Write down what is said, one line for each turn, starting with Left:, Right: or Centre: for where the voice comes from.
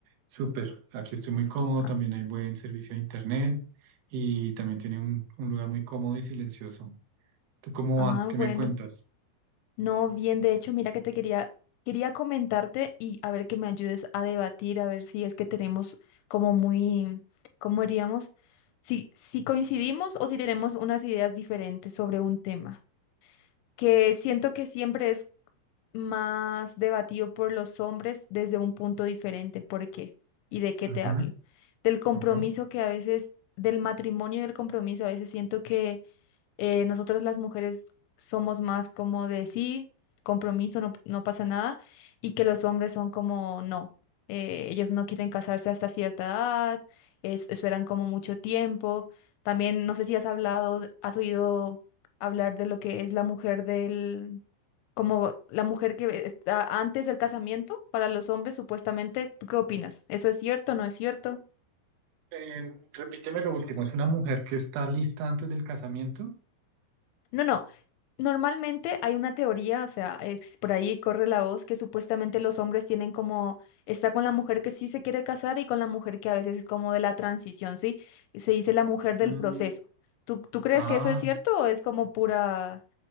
Right: súper. Aquí estoy muy cómodo,
Left: Ah,
Right: también hay buen servicio de internet y también tiene un, un lugar muy cómodo y silencioso. ¿Tú cómo
Left: Ah,
Right: vas? ¿Qué
Left: bueno.
Right: me cuentas?
Left: No, bien, de hecho, mira que te quería, quería comentarte y a ver que me ayudes a debatir, a ver si es que tenemos como muy, ¿cómo diríamos? Si, si coincidimos o si tenemos unas ideas diferentes sobre un tema, que siento que siempre es más debatido por los hombres desde un punto diferente. ¿Por qué? ¿Y de qué
Right: Ajá,
Left: te hablo? Del compromiso
Right: ajá.
Left: que a veces, del matrimonio y del compromiso, a veces siento que Eh, nosotras las mujeres somos más como de sí, compromiso, no, no pasa nada, y que los hombres son como no, eh, ellos no quieren casarse hasta cierta edad, es- esperan como mucho tiempo. También no sé si has hablado, has oído hablar de lo que es la mujer del, como la mujer que está antes del casamiento para los hombres supuestamente. ¿Tú qué opinas? ¿Eso es cierto no es cierto?
Right: Eh, repíteme lo último, ¿es una mujer que está lista antes del casamiento?
Left: No, no. Normalmente hay una teoría, o sea, ex- por ahí corre la voz que supuestamente los hombres tienen como, está con la mujer que sí se quiere casar y con la mujer que a veces es como de la transición, ¿sí? Y Se dice la mujer del
Right: Mm,
Left: proceso. ¿Tú, tú crees
Right: ah,
Left: que eso es cierto o es como pura